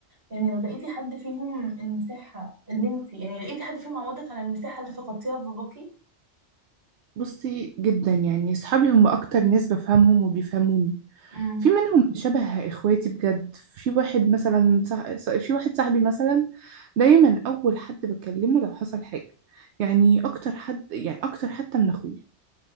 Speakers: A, on the right; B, on the right.
A: يعني لو لقيتي حد فيهم المساحة اللي انت يعني لقيتي حد فيهم عوضك عن المساحة اللي فقدتيها في باباكي؟
B: بصي جدا يعني صحابي هم اكتر ناس بفهمهم وبيفهموني
A: أمم.
B: في منهم شبه اخواتي بجد في واحد مثلا صح... ص- في واحد صاحبي مثلا دايما اول حد بكلمه لو حصل حاجه يعني اكتر حد يعني اكتر حتى من اخويا